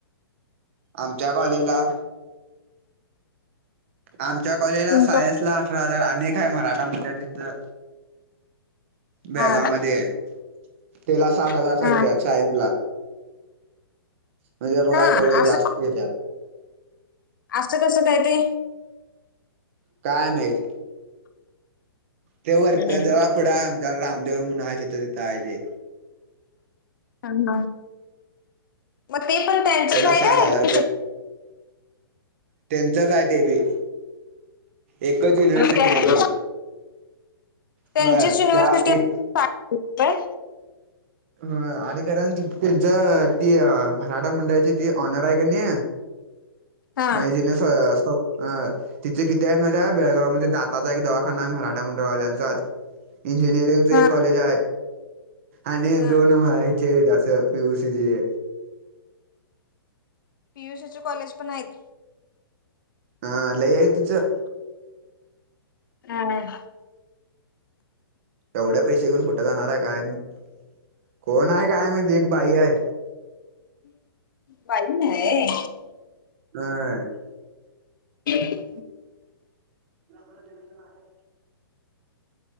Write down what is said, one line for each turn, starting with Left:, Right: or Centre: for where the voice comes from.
Right: आमच्या कॉलेजला. आमच्या कॉलेजला
Left: तुमचा
Right: सायन्सला अठरा हजार आणि एक आहे मराठा मंडळ तिथलं बेळगावमध्ये
Left: हा
Right: आहे, त्याला साठ हजार
Left: हा
Right: सांगत्यात चाळींस लाख. म्हणजे बघा
Left: हा
Right: काय केवढं
Left: असं
Right: जास्त घेत्यात.
Left: असं कसं काय ते.
Right: काय माहित? ते वरत्या
Left: हम्म
Right: देवा पुढं आहे आमच्या रामदेव म्हणून तिथं तिथं आहे तेे.
Left: थाम ना मग ते पण त्यांचच
Right: त्याला
Left: आहे
Right: साठ
Left: काय.
Right: हजार
Left: <unintelligible>
Right: त्यांचाच आहे ते बी. एकच युनिव्हर्सिटी
Left: काय
Right: आहे ती
Left: त्यांचीच
Right: होय
Left: युनिव्हर्सिटी
Right: त्या एक
Left: काय?
Right: हां आणि करण ती त्यांची ती अ मराठा मंडळाची ती ऑनर आहे क नी
Left: हा
Right: म हे ज्यांनी फळास्को अं तिथी किती आहे माझ्या बेळगाव मध्ये दाताचा एक दवाखाना आहे मराठा मंडळवाल्यांचाच. इंजिनिअरिंगचा
Left: हा
Right: एक कॉलेज आहे आणि
Left: हा
Right: दोन व्हायचे आहेत असं पीयूसीचे.
Left: पी यू शेचा कॉलेज पण आहेत.
Right: हा लई आहे तिथं.
Left: आय
Right: तेवढ्या पैशे घेऊन कुठे जाणार आहे काय माहित, कोण आहे काय माहित एक बाई आहे.
Left: बाई नाय
Right: <unintelligible>
Left: ती एकटी
Right: <unintelligible>